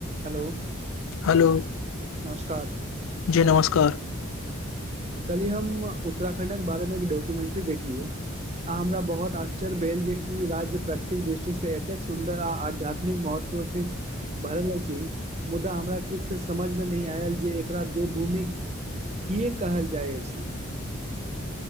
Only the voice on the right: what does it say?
Hello
नमस्कार।
कली हम उत्तराखंडक बारे मे एक डॉक्युमेंट्री देखलियौ आ हमरा बहोत आश चर भेल जे इ राज्य प्रकृतिक दृष्टि से एतेक सुन्दर आ आध्यात्मिक महत्व से भरल अछि, मुद्दा हमरा ठीक से समझ मे नै आएल जे एकरा देवभूमि किए कहल जाय अछि।